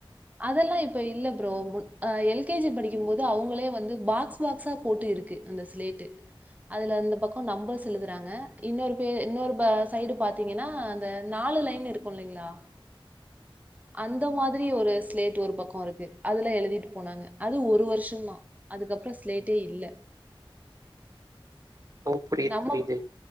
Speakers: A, on the right; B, on the right.
A: அதெல்லா இப்ப இல்ல ப்ரோ மு அ எல் கே ஜி படிக்கிம் போது அவுங்களே வந்து பாக்ஸ் பாக்ஸா போட்டு இருக்கு அந்த ஸ்லேட்டு. அதுல அந்த பக்கோ நம்பர்ஸ் எழுதுறாங்க இன்னொரு பே இன்னொரு ப சைடு பாத்தீங்கன்னா அந்த நாலு லைன் இருக்கு இல்லிங்ளா?
B: <inaudible>
A: அந்த மாதிரி ஒருஸ் ஸ்லேட்டு ஒரு பக்கோ இருக்கு அதுல்லா எழுதிட்டு போனாங்க அது ஒரு வருஷந்தா. அதுக்கப்றோ ஸ்லேட்டே இல்ல.
B: <inaudible> புரியுது,
A: நம்மப்
B: புரியுது.